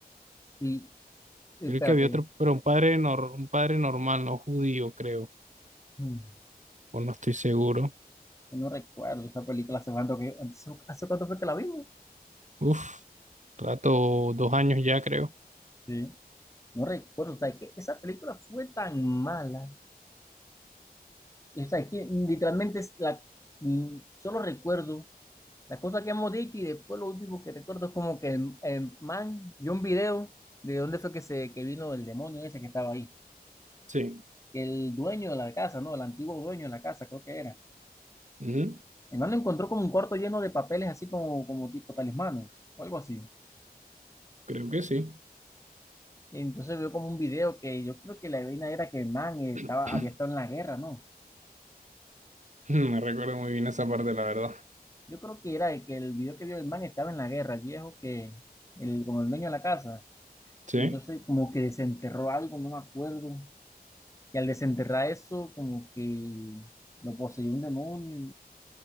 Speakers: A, on the left; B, on the right.
A: Sí, espérate.
B: Creo que había otro, pero un padre, nor- un padre normal, no judío, creo,
A: Mm,
B: o no estoy seguro.
A: No recuerdo esa película hace cuánto que, hace hace cuánto fue que la vimos.
B: Uf. rato, dos años ya creo.
A: Sí. No recuerdo. O sea, que esa película fue tan mala. O sea, que literalmente es la, mm, solo recuerdo las cosas que hemos dicho y después lo último que recuerdo es como que el, el man vio un video de dónde fue que se que vino el demonio ese que estaba ahí.
B: Sí.
A: El dueño de la casa, ¿no? El antiguo dueño de la casa, creo que era.
B: Ujú,
A: El mano encontró como un cuarto lleno de papeles así como, como tipo talismanes o algo así.
B: Creo que sí.
A: Y entonces vio como un video que yo creo que la vaina era que el man estaba,
B: <clears throat>
A: había estado en la guerra, ¿no?
B: Me recuerdo muy bien esa parte, la verdad.
A: Yo creo que era el que el video que vio el man estaba en la guerra, el viejo que, el, como el dueño de la casa.
B: Sí.
A: Y entonces como que desenterró algo, no me acuerdo. Y al desenterrar eso, como que lo poseyó un demonio.